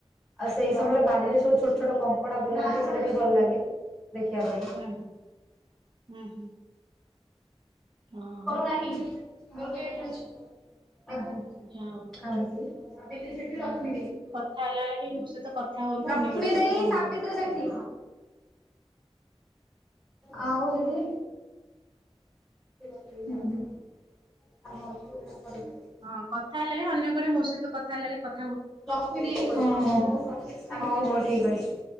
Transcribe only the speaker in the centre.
ଆଉ ସେଇ ସମୟରେ ବାଲିରେ ସବୁ ଛୋଟ ଛୋଟ କଙ୍କଡା ବୁଲନ୍ତି ସେଇଟା ଟିକେ ଭଲ ଲାଗେ ଦେଖିବା ପାଇଁ
କରୁ ନାହିଁ <unintelligible> <unintelligible>
ସେଠି ରଖମି
ଲକ୍ଷ୍ମୀ
ଦେଈ
ସାବିତ୍ରୀ ସେଠୀ ଆ ହଦି ହୁଁ ହୁଁ ଆ
ଲକ୍ଷ୍ମୀ ହଁ ହଁ ହଉ ହଉ ଠିକ ଅଛି।